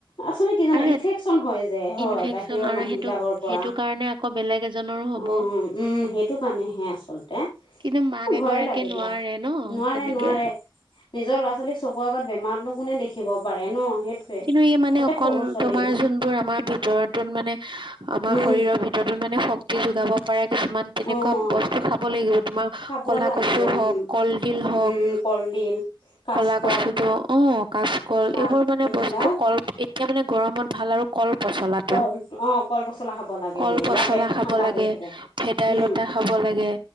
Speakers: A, on the left; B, on the right.
A: আচলে কি জানা
B: আৰু
A: ইনফেকশ্যন হয় যে যে হয়
B: ইনফেকচন
A: বাহিৰৰ
B: আৰু
A: মানুহ
B: সেইটো
A: বিলাকৰ পৰা
B: সেইটো কাৰণে আকৌ বেলেগ এজনৰো হ'ব
A: উম - উম সেইটো কাৰণে। হে আচলতে
B: কিন্তু মাক
A: ভয়ে
B: এগৰাকীয়ে
A: লাগে দিয়া
B: নোৱাৰে ন
A: নোৱাৰে-
B: তেনেকে
A: নোৱাৰে নিজৰ ল'ৰা ল'ৰা -ছোৱালীক চকুৰ আগত বেমাৰতনো কোনে দেখিব পাৰে ন', সেইটোৱে
B: কিন্তু, ই মানে
A: তাতে
B: অকন
A: সৰু ছোৱালী
B: তোমাৰ যোনবোৰ আমাৰ ভিতৰত যোন মানে আমাৰ
A: উম
B: শৰীৰৰ ভিতৰত নতুন মানে শক্তি যোগাব পাৰে কিছুমান তেনেকুৱা
A: অ
B: বস্তু খাব লাগিব তোমাৰ
A: খাব
B: কলা
A: লাগিব
B: কচু
A: উম
B: হ'ক, কলডিল হ'ক
A: উম কলডিল কাচকল
B: কলা কচুটো অহ কাচকল
A: শাক
B: এইবোৰ মানে
A: এইবিলাক
B: বস্তু কল এতিয়া মানে গৰমত ভাল আৰু কল পচলাটো,
A: কল অ কল পচলা খাব লাগে
B: কল
A: বোলে
B: -পচলা
A: দিয়া পেটটো
B: খাব
A: ঠাণ্ডা
B: লাগে
A: পৰি থাকে
B: ভেদাইলতা
A: উম
B: খাব ল লাগে